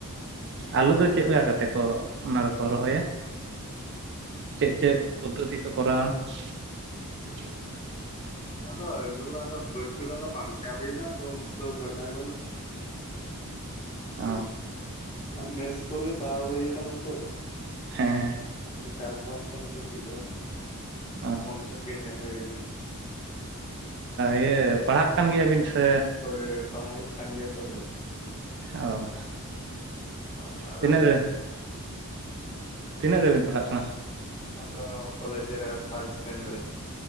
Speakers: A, on the right; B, on the left.
A: ᱟᱞᱩ ᱫᱚ ᱪᱮᱫᱞ ᱞᱮᱠᱟ ᱠᱟᱛᱮ ᱠᱚ ᱚᱱᱟ ᱫᱚᱠᱚ ᱨᱚᱦᱚᱭᱟ᱾ ᱪᱮᱫ ᱪᱮᱫ ᱯᱚᱫᱽᱫᱷᱚᱛᱤ <unintelligible> ᱠᱚᱨᱟᱣᱟ᱾ <inaudible>
B: ᱟᱫᱚ ᱟᱞᱩ ᱫᱚ ᱵᱟᱲᱛᱤ ᱫᱚ ᱟᱫᱚ ᱵᱟᱝᱪᱟ ᱦᱩᱭᱟᱱᱟ ᱟᱫᱚ ᱩᱱᱟᱹᱜ ᱫᱚ ᱪᱟᱭ
A: ᱚ
B: <inaudible> ᱚᱱᱟ ᱢᱮᱥ ᱠᱚᱨᱮᱜᱮ ᱛᱟᱦᱮ ᱦᱩᱭ ᱟᱠᱟᱱᱟ ᱛᱚ᱾
A: ᱦᱮᱸ
B: ᱪᱟᱥᱵᱟᱥ ᱠᱷᱚᱱᱟᱜ ᱠᱟᱹᱴᱤᱡ ᱫᱚ
A: ᱚ
B: ᱠᱚᱢ ᱧᱚᱜ ᱜᱮ ᱧᱮᱞ ᱦᱩᱭ ᱟᱠᱟᱱᱟ᱾
A: ᱤᱭᱟᱹ ᱯᱟᱲᱦᱟᱜ ᱠᱟᱱ ᱜᱮᱭᱟᱵᱤᱱ ᱥᱮ
B: ᱦᱳᱭ ᱯᱟᱲᱦᱟᱣ ᱦᱩᱭᱩᱜ ᱠᱟᱱ ᱜᱮᱭᱟ ᱛᱚ ᱟᱫᱚ᱾
A: ᱚ
B: ᱚᱱᱟ ᱟᱫᱚ
A: ᱛᱤᱱᱟᱹᱜ ᱨᱮ ᱛᱤᱱᱟᱹᱜ ᱨᱮᱵᱤᱱ ᱯᱟᱲᱦᱟᱜ ᱠᱟᱱᱟ?
B: ᱮᱠᱷᱚᱱ ᱫᱚ ᱠᱚᱞᱮᱡᱽ ᱨᱮ ᱯᱷᱟᱥᱴ ᱥᱮᱢ ᱨᱮ᱾